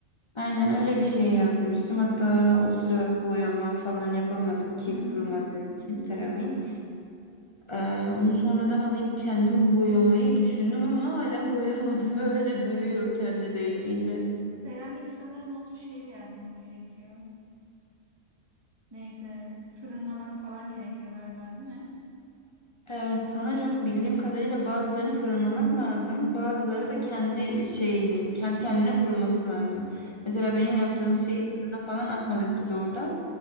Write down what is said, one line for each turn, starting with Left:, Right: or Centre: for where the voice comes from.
Left: Aynen öyle bir şey yapmıştım. Hatta o sıra boyama falan yapamadık. Kil
Right: Hı hı.
Left: kurumadığı için seramik. Ee, onu sonradan alıp kendim boyamayı düşündüm ama hala boyamadım. <laughs> Öyle duruyor kendi rengiyle.
Right: Seramik sanırım onu şey de yapmak gerekiyor. Neydi? Fırınlamak falan gerekiyor galiba değil mi?
Left: Ee, sanırım bildiğim kadarıyla bazılarını fırınlamak lazım. Bazıları da kendi şeyini, kendi kendine kuruması lazım. Mesela benim yaptığım
Right: Evet.
Left: şeyi fırına falan atmadık biz orada.